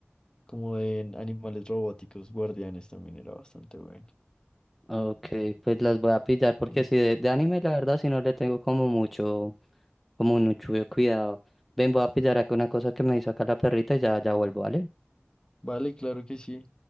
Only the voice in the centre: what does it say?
Ok, pues las voy a pillar porque
si de, de anime la verdad si no le tengo como mucho. como mucho cuidado. Ven, voy a pillar acá una cosa que me hizo acá la perrita y ya, ya vuelvo, ¿vale?